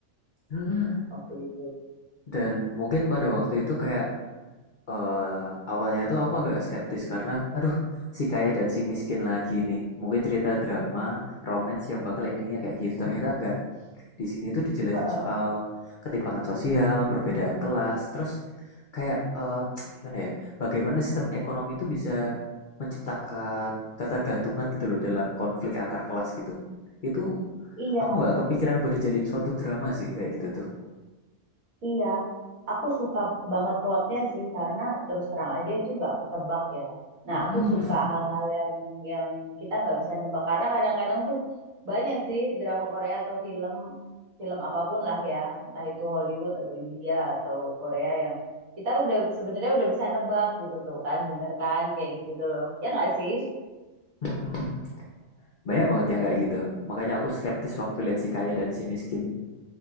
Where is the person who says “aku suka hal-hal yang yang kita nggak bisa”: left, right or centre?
Right